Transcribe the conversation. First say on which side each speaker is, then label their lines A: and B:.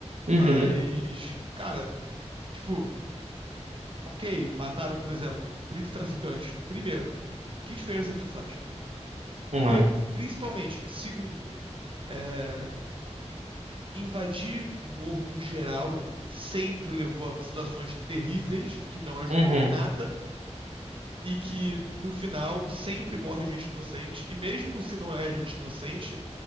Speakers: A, on the right (about 70°); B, on the right (about 45°).
A: uhum,
B: Mas, cara, tipo, ok, mataram, por exemplo, 30 traficantes. Primeiro, que diferença que isso faz?
A: uhum,
B: E, principalmente, segundo, é, Invadir morro no geral sempre levou a situações terríveis, que não ajudou
A: uhum,
B: em nada, e que no final sempre morre gente inocente, e mesmo se não é gente inocente,